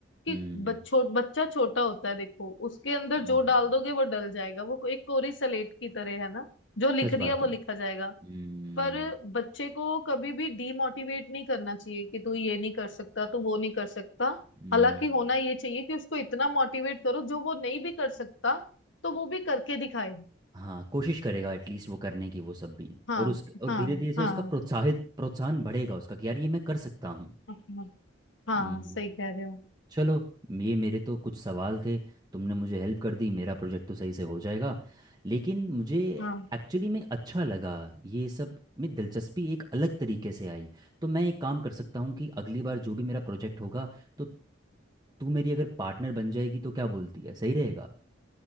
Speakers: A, on the left; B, on the right.
A: कि
B: हम्म
A: बच्चों बच्चा छोटा होता है देखो उसके अंदर
B: हम्म,
A: जो डाल दोगे वो डल जाएगा वो एक कोरी सलेट की तरह है ना जो लिख
B: सच
A: दिया
B: बात
A: वो
B: है
A: लिखा जाएगा
B: हम्म
A: पर बच्चे को कभी भी डीमोटिवेट नहीं करना चाहिए कि तू ये नहीं कर सकता तू वो नहीं कर सकता
B: हम्म,
A: हालांकि होना ये चाहिए कि उसको इतना मोटिवेट करो जो वो नहीं भी कर सकता तो वो भी करके दिखाए
B: हाँ कोशिश करेगा एटलीस्ट वो करने की वो सब भी
A: हाँ
B: और उस और
A: हाँ
B: धीरे धीरे से
A: हाँ
B: उसका प्रोत्साहित प्रोत्साहन बढ़ेगा उसका कि यार ये मैं कर सकता हूँ
A: हाँ हाँ
B: हम्म
A: सही कह रहे हो
B: चलो ये मेरे तो कुछ सवाल थे तुमने मुझे हेल्प कर दी मेरा प्रोजेक्ट तो सही से हो जाएगा लेकिन मुझे
A: हाँ
B: एक्चुअली में अच्छा लगा ये सब में दिलचस्पी एक अलग तरीके से आई तो मैं एक काम कर सकता हूँ कि अगली बार जो भी मेरा प्रोजेक्ट होगा तो तू मेरी अगर पार्टनर बन जाएगी तो क्या बोलती है सही रहेगा